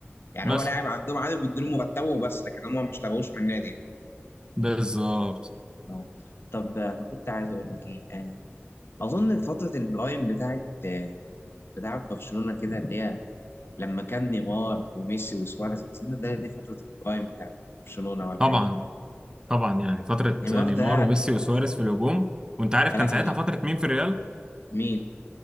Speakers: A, on the left; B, on the right.
A: يعني
B: بس
A: هو لاعب عندهم عادي بيدوا له مرتبه وبس لكن هم ما اشتغلوش من النادي يعني
B: بالظبط
A: اه طب آه، انا كنت عايز اقول لك ايه آه، اظن فتره البرايم بتاعت آه، بتاعت برشلونه كده اللي هي لما كان نيمار وميسي وسواريز اظن ده دي فتره البرايم بتاعت برشلونه ولا
B: طبعا
A: ايه
B: طبعا يعني فتره
A: نيمار
B: نيمار
A: ده
B: وميسي وسواريز في الهجوم وانت عارف
A: يا
B: كان
A: لهوي
B: ساعتها فتره مين في الريال
A: مين